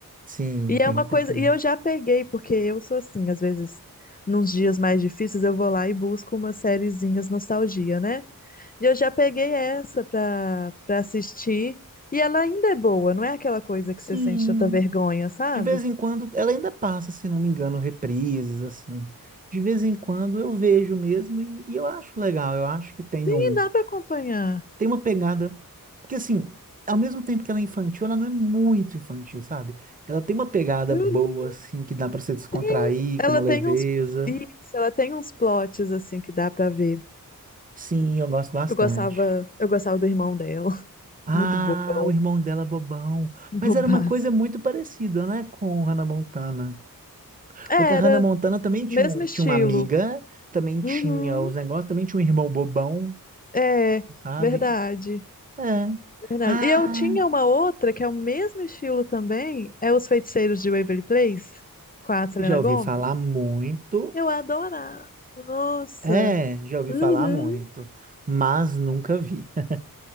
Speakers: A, on the right; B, on the left.
A: Sim,
B: E é
A: tem
B: uma
A: um tempinho.
B: coisa, e eu já peguei, porque eu sou assim, às vezes, nos dias mais difíceis, eu vou lá e busco umas sériezinhas nostalgia, né? E eu já peguei essa pra, pra assistir, e ela ainda é boa, não é aquela coisa
A: Sim.
B: que você sente tanta vergonha, sabe?
A: De vez em quando, ela ainda passa, se não me engano, reprises, assim. De vez em quando eu vejo mesmo e, e eu acho legal. Eu acho que tem
B: Sim,
A: um.
B: dá pra acompanhar.
A: Tem uma pegada. Porque, assim, ao mesmo tempo que ela é infantil, ela não é muito infantil, sabe? Ela tem uma pegada
B: Uhum.
A: boa, assim, que dá pra se descontrair,
B: Tem, ela
A: com uma leveza.
B: tem uns, isso, ela tem uns plots, assim, que dá pra ver.
A: Sim, eu gosto bastante.
B: Eu gostava, eu gostava do irmão dela, <laughs>
A: Ah,
B: muito bobão,
A: o irmão dela é bobão.
B: bobaço.
A: Mas era uma coisa muito parecida, né, com Hannah Montana.
B: Era,
A: Porque a Hannah Montana também tinha,
B: mesmo
A: um-
B: estilo.
A: tinha uma amiga, também tinha
B: Uhum.
A: os negócios, também tinha um irmão bobão,
B: É,
A: sabe?
B: verdade,
A: É.
B: verdade.
A: Ah,
B: E eu tinha uma outra que é o mesmo estilo também, é Os Feiticeiros de Waverly Place, com a Selena
A: já ouvi
B: Gomez.
A: falar muito.
B: Eu adorava, nossa.
A: É, já ouvi
B: Uhum.
A: falar muito, mas nunca vi. <laughs>